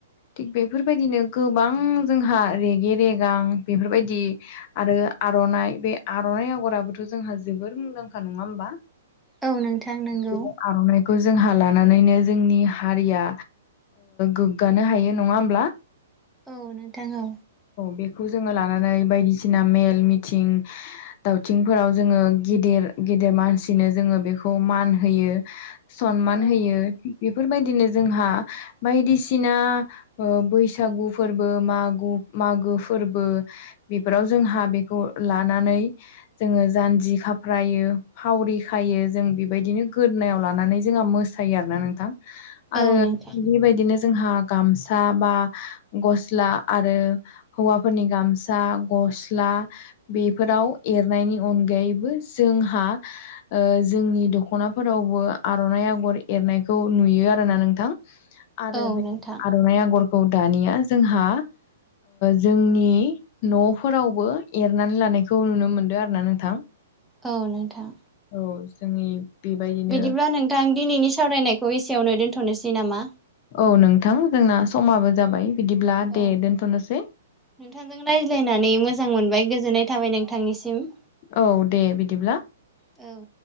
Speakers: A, on the left (about 40°); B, in the centre.
A: थिग बेफोरबायदिनो गोबां जोंहा रेगे रेगां बेफोरबायदि आरो आर'नाइ बे आर'नाइ आग'राबोथ' जोंहा जोबोर मुंदांखा नङा होमबा?
B: औ नोंथां नंगौ
A: बि आरनाय खौ जोंहा लानानैनो जोंनि हारिया गोग्गानो हायो नङा होमब्ला
B: औ नोंथां औ।
A: बेखौ जोङो लानानै बायदिसिना मेल मिथिं दावथिंफोराव जोङो गेदेर गेदेर मानसिनो जों बेखौ मान होयो समान
B: औ
A: होयो बे बेबायदिनो जोंहा बायदिसिना बैसागु फोरबो मागो मागो फोरबो बेफोराव जोंहा बेखौ लानानै जोङो जानजि खालाम खााफ्रायो फावरि खायो जों बेबायदिनो गोदोनायाव लानानै जोंहा मोसायो आरोना नोंथां आरो
B: औ नोंथां
A: बेबायदिनो जोंहा गामसा बा गस्ला आरो हौवाफोरनि गामसा गस्ला बेफोराव एरनायनि अनगायैबो जोंहा जोंनि दखनाफोरावबो आरनाइ आगर एरनायखौ नुयो। आरोना नोंथां आरो
B: औ
A: बे
B: नोंथां
A: आरनाइ आगरखौ दानिया जोंहा जोंनि नफोरावबो एरनानै लानायखौ नुनो मोनदों आरो ना नोंथां
B: औ नोंथां।
A: जोंनि बेबायदिनो
B: बिदिब्ला नोंथां दिनैनि सावरायनायखौ एसेयावनो दोन्थनोसै नामा
A: औ नोंथां जोंना समाबो जाबाय बिदिब्ला
B: औ
A: दे
B: नोंथांजों
A: दोनथ'नोसै
B: रायज्लायनानै मोजां मोनबाय गोजोननाय थाबाय नोंथांनिसिम
A: औ दे बिदिब्ला
B: औ